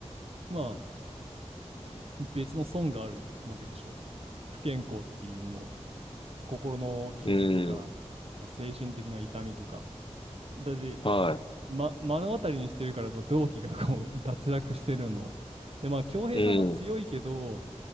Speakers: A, on the right; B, on the left.
A: まあ別の損があるわけでしょ。不健康っていうもの、心の傷とか、
B: うん。
A: まあ、精神的な痛みとか。だって、
B: は
A: ま、目の当たりにしてるからさ、同期がこう <laughs> 脱落してるの。で、まあ、恭平さんは強いけど、
B: い。うん。